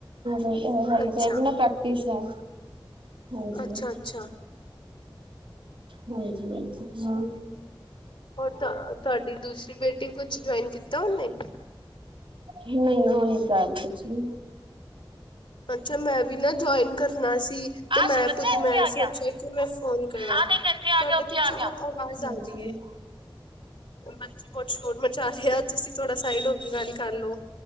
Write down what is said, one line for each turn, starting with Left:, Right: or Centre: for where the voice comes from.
Right: ਨੇ ਹਾਲੇ
Left: ਅੱਛਾ
Right: ਤਾਂ ਏਹੀ ਨਾ ਪ੍ਰੈਕ ਟਿਸ ਹੈ ਹਾਂਜੀ।
Left: ਅੱਛਾ ਅੱਛਾ
Right: ਹਾਂਜੀ ਹਾਂਜੀ ਹਾਂ।
Left: ਤੁਹਾਡੀ ਦੂਸਰੀ ਬੇਟੀ ਕੁਝ ਜੁਆਇਨ ਕੀਤਾ ਉਹਨੇ।
Right: ਨਹੀਂ ਉਹ ਨਹੀਂ ਕਰ ਰਹੀ ਕੁਛ ਵੀ।
Left: ਅੱਛਾ ਮੈਂ ਵੀ ਨਾ ਜੁਆਇਨ ਕਰਨਾ ਸੀ। ਤੇ
Right: ਆ
Left: ਮੈਂ
Right: ਸੀ ਬੱਚਾ ਇੱਥੇ ਆ
Left: ਸੋਚਿਆ
Right: ਗਿਆ,
Left: ਕਿ ਮੈਂ ਫੋਨ ਕਰਾਂ
Right: ਆ ਦੇਖ
Left: ਤੁਹਾਡੇ
Right: ਇੱਥੇ ਆ ਗਿਆ, ਉੱਥੇ
Left: ਪਿੱਛੇ
Right: ਆ
Left: ਬਹੁਤ
Right: ਗਿਆ।
Left: ਆਵਾਜ਼
Right: ਹਾਂਜੀ,
Left: ਆ ਰਹੀ ਏ। ਬੱਚੇ ਬਹੁਤ ਸ਼ੋਰ ਮਚਾ ਰਹੇ ਆ ਤੁਸੀ ਥੋੜਾ ਸਾਈਡ ਹੋਕੇ ਗੱਲ ਕਰਲੋ।